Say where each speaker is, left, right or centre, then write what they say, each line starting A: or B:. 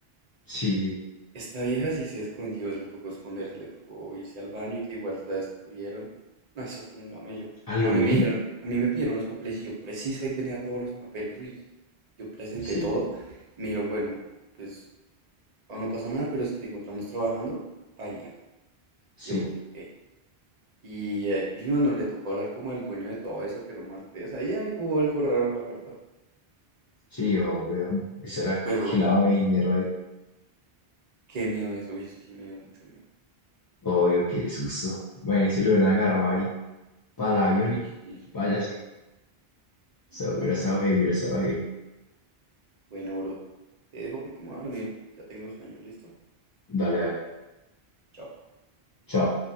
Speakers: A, on the left; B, on the right.
A: sí, sí.
B: Esta vieja sí se escondió, le tocó esconderse, le tocó irse al baño y que igual la descubrieron. No, eso fue un gamello.
A: ¿A lo
B: A mí
A: bien?
B: me dijeron, a mí me pidieron los papeles y yo preciso ahí tenía todos los papeles. Uy, yo presenté
A: Sí,
B: todo. y me dijeron, bueno, pues aún no pasa nada, pero si te encontramos trabajando, baila.
A: sí,
B: Yo, uy, ok. Y, eh, y bueno, le tocó hablar como al dueño de todo eso, que era un maltés. Ahí, ahí hubo algo raro, la verdad.
A: sí, obvio. Eso era
B: Pero
A: que que lavado
B: uy,
A: de dinero ahí.
B: qué miedo eso, uy, eso sí me dio mucho miedo.
A: Obvio, qué susto. Imagínese, si lo hubieran agarrado ahí para el avión y
B: Y sí,
A: váyase. O
B: y
A: sea, hubiera
B: baila.
A: estado heavy, hubiera estado heavy.
B: Bueno, bro, te dejo porque me voy a dormir, que ya tengo sueño, ¿listo?
A: Dale, dale.
B: Chao.
A: Chao.